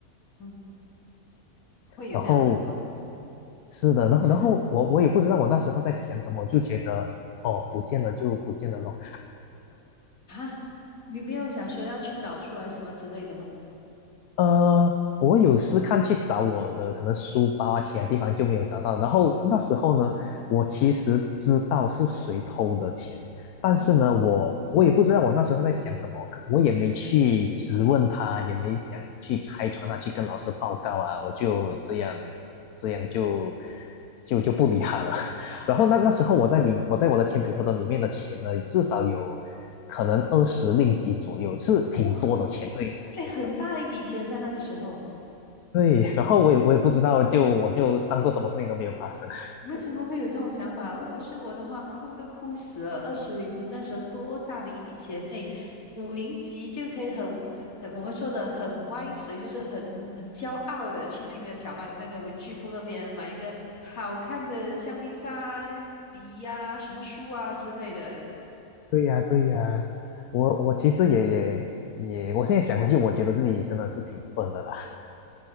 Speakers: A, on the left; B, on the left.
A: 嗯，会有这样的情况
B: 然后是的，然后然后我我也不知道我那时候在想什么，我就觉得哦不见了就不见了咯。
A: 啊？你没有想说要去找出来什么之类的吗？
B: 呃，我有试看去找我的可能书包啊，其他地方就没有找到。然后那时候呢，我其实知道是谁偷的钱，但是呢，
A: 哦，
B: 我我也不知道我那时候在想什么，可我也没去质问他，也没讲去拆穿他，去跟老师报告啊，我就这样这样就就就不理他了。<laughs> 然后那那时候我在里我在我的铅笔盒的里面的钱呢，至少有可能二十令吉左右，是挺多的钱，
A: 哇，
B: 对于小学生。
A: 哎，很大一笔钱在那个时候。
B: 对，<laughs> 然后我也我也不知道，就我就当做什么事情都没有发生。
A: 为什么会有这种想法？如果是我的话，哭都哭死了。二十零级那时候多大的一笔钱？哎，五零级就可以很很我们说的很歪随，就是很很骄傲的去那个小卖那个文具部那边买一个好看的橡皮擦、笔呀、什么书啊之类的
B: 对呀，对呀，我我其实也也也，我现在想回去，我觉得自己真的是挺笨的啦。